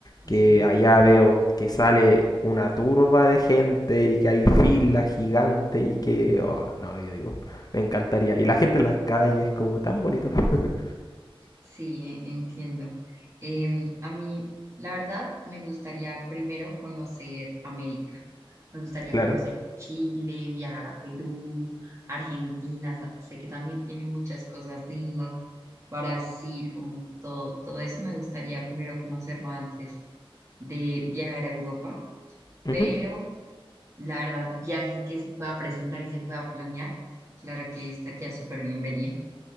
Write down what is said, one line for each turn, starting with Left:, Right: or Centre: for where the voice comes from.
Left: que
Right: sí.
Left: allá veo que sale una turba de gente y que hay filas gigantes y que, oh, no, yo digo, me encantaría. Y la gente en las calles, como tan bonito. <laughs>
Right: Sí, e- entiendo. Em, a mí, la verdad, me gustaría primero conocer América. Me gustaría
Left: Claro.
Right: conocer Chile, viajar a Perú, Argentina. sa- Sé que también tiene muchas cosas lindas. Brasil, como todo, todo eso me gustaría primero conocerlo antes de viajar a Europa.
Left: Ujú.
Right: Pero la verdad, viaje que se pueda presentar y se pueda planear, claro que estaría súper bienvenido.